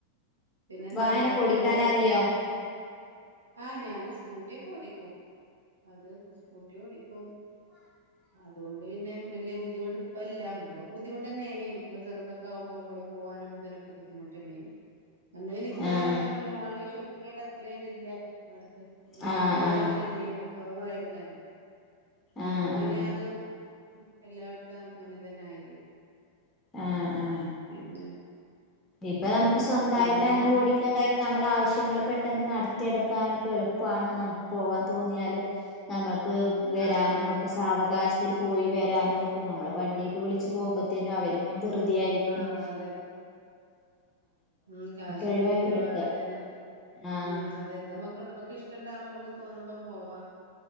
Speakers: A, on the right; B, on the left.
A: പിന്നെന്താ
B: വായന
A: മഴയൊക്കെ
B: കുടിക്കാൻ
A: ഇണ്ടോ അവിടെ?
B: അറിയോ
A: ആ ഞാന് സ്കൂട്ടി ഓക്കെ ഓടിക്കും അത് സ്കൂട്ടി ഓടിക്കും
B: ഉ <inaudible>
A: അതുകൊണ്ട് പിന്നെ വല ബദ്ധിമുട്ട് ഇപ്പ ഇല്ല മുമ്പോക്കെ ബുദ്ധിമുട്ട് തന്നെ ആയിന് മക്കൾ ചെറുതൊക്കെ ആക്പോ നമ്മ പോകാനും ഇതിനും ബുദ്ധിമുട്ടണ്ടേ ഇനി അന്ന് പിന്നെ ഇത്രയ
B: ആഹ്
A: കണ്ട നമ്മള ഓൺലൈൻഷോപ്പി ആയിട്ട് അത്രേണ്ട ഇ അനക്ക്
B: ആഹ്
A: പൊതുവേ
B: ആഹ്
A: അങ്ങനെ ഇല്ലേനല്ലോ കുറവായിരുന്നല്ലോ
B: ആഹ്
A: ഇപ്പൊ പിന്നെ
B: ആഹ്
A: അതും എല്ലായിടത്തും ഇങ്ങനെ തന്നെ ആയില്ലേ
B: ആ ആ
A: പിന്നെ
B: ഇപ്പൊ നമു സ്വന്തമായിട്ട്
A: പിന്നെ
B: അങ്ങനെ ഓടിക്കാൻ കഴിയുമ്പോ നമ്മൾ ആവശ്യ ആവശ്യങ്ങൾ പെട്ടെന്ന് നടത്തിയെടുക്കാനൊക്കെ എളുപ്പമാണ് നമുക്ക് പോവാൻ തോന്നിയാല് നമുക്ക് വരാനും
A: ആഹ് അതെ
B: ഒക്കെ സാവകാശത്തിൽ പോയി വരാനും ഇതൊക്കെ നമ്മെ വണ്ടിയൊക്കെ വിള ച്ചു പോകുമ്പോത്തേനും അവർക്കും ദിറുതിയായിരിക്കും
A: ആഹ് അതെ ഉം കാശിനും
B: ഒഴിവാക്കിയെടുക്ക
A: ചെലവാണ് അത തന്നെ
B: ആഹ്
A: ഉം അതെന്താ നമ്മക്ക് നമ്മുക്ക് ഇഷ്ട ഇണ്ടാമ്പ നമ്മുക്ക് തോന്നുമ്പം പോവാ